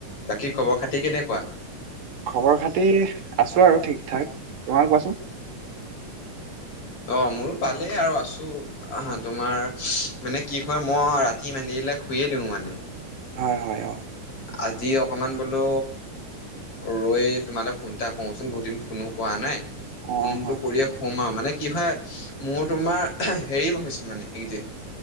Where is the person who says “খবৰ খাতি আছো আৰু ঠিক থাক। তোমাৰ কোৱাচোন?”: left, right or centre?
Right